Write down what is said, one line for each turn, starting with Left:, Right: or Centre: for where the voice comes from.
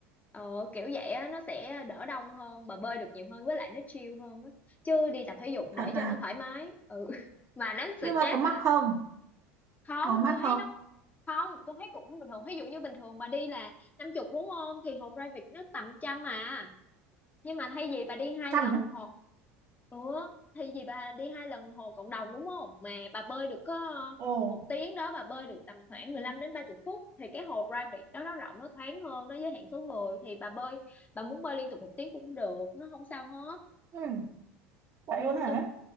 Left: ờ kiểu vậy á nó sẽ đỡ đông hơn bà bơi được nhiều hơn với lại nó chill hơn á chứ đi tập thể dục
Right: Thật
Left: để cho
Right: à?
Left: nó thoải mái ừ <laughs> mà nó
Right: Nhưng
Left: stress
Right: mà có mắc
Left: là
Right: không?
Left: không
Right: Có mắc
Left: tôi thấy
Right: không?
Left: nó không tôi thấy cũng bình thường ví dụ như bình thường bà đi là năm chục đúng không thì hồ private nó tầm trăm à nhưng mà thay vì bà đi hai
Right: Chăm
Left: lần
Right: á.
Left: hồ ủa thay vì bà đi hai lần hồ cộng đồng đúng không mà bà bơi được có ờ,
Right: Ồ,
Left: một tiếng đó bà bơi được tầm khoảng 15 đến 30 phút thì cái hồ private đó nó rộng nó thoáng hơn nó giới hạn số người thì bà bơi bà muốn bơi liên tục một tiếng cũng được nó không sao hết
Right: ừ, vậy
Left: Ừ,
Right: luôn hả?
Left: tôi